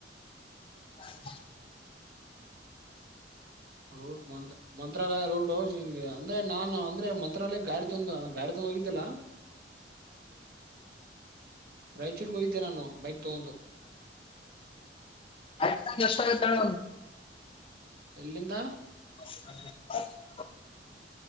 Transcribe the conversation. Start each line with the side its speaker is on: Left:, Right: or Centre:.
Left: ಹ
Right: ರೂಟ್ ಮಂ ಮಂತ್ರಾಲಯ ರೂಟ್ ಅಂದ್ರೆ ನಾನ್ ಅಂದ್ರೆ ಮಂತ್ರಾಲಯ ಗಾಡಿ ತಂದು ಗಾಡಿ ಹೋಗಿದ್ದಲ್ಲ ರಾಯಚೂರ್ಗೆ ಹೋಗಿದ್ದೆ ನಾನು ಬೈಕ್ ತಗೊಂದ
Left: ಆಯ್ತ ಎಷ್ಟು ಗೊತ್ತಾಳ.
Right: ಎಲ್ಲಿಂದ.
Left: <unintelligible>